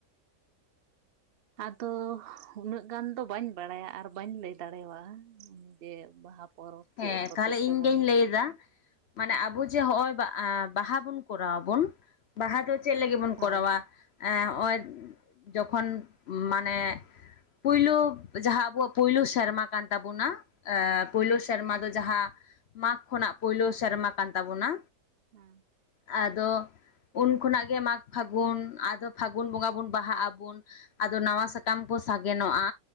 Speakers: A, on the right; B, on the left.
A: ᱟᱫᱚ ᱩᱱᱟᱹᱜ ᱜᱟᱱ ᱫᱚ ᱵᱟᱹᱧ ᱵᱟᱲᱟᱭᱟ ᱟᱨ ᱵᱟᱹᱧ ᱞᱟᱹᱭ ᱫᱟᱲᱮᱭᱟᱜᱼᱟ ᱡᱮ ᱵᱟᱦᱟ ᱯᱚᱨᱚᱵᱽ
B: ᱦᱮᱸ
A: ᱪᱮᱫ ᱦᱚᱛᱮᱡ
B: ᱛᱟᱦᱚᱞᱮ ᱤᱧ
A: ᱛᱮᱵᱚᱱ
B: ᱜᱤᱧ ᱞᱟᱹᱭ ᱮᱫᱟ ᱢᱟᱱᱮ ᱟᱵᱚ ᱡᱮ ᱦᱚᱜᱼᱚᱭ ᱵᱟ ᱵᱟᱦᱟ ᱵᱚᱱ ᱠᱚᱨᱟᱣ ᱟᱵᱚᱱ ᱵᱟᱦᱟ ᱫᱚ ᱪᱮᱫ ᱞᱟᱹᱜᱤᱫ ᱵᱚᱱ ᱠᱚᱨᱟᱣᱟ
A: ᱦᱳᱭ
B: ᱱᱚᱜᱼᱚᱭ ᱡᱚᱠᱷᱚᱱ ᱢᱟᱱᱮ ᱯᱩᱭᱞᱩ ᱡᱟᱦᱟᱸ ᱟᱵᱚᱣᱟᱜ ᱯᱩᱭᱞᱩ ᱥᱮᱨᱢᱟ ᱠᱟᱱ ᱛᱟᱵᱚᱱᱟ ᱮ ᱯᱳᱭᱞᱳ
A: ᱦᱳᱭ
B: ᱥᱮᱨᱢᱟ ᱫᱚ ᱡᱟᱦᱟᱸ ᱢᱟᱜᱽ ᱠᱷᱚᱱᱟᱜ ᱯᱳᱭᱞᱳ ᱥᱮᱨᱢᱟ ᱠᱟᱱ ᱛᱟᱵᱳᱱᱟ
A: ᱦᱮᱸ
B: ᱟᱫᱚ ᱩᱱ ᱠᱷᱚᱱᱟᱜ ᱜᱮ ᱢᱟᱜᱽ ᱯᱷᱟᱹᱜᱩᱱ ᱟᱫᱚ ᱯᱷᱟᱹᱜᱩᱱ ᱵᱚᱸᱜᱟ ᱵᱩᱱ ᱵᱟᱦᱟᱜ ᱟᱵᱩᱱ ᱟᱫᱚ ᱱᱟᱣᱟ ᱥᱟᱠᱟᱢ ᱠᱚ ᱥᱟᱜᱮᱱᱚᱜᱼᱟ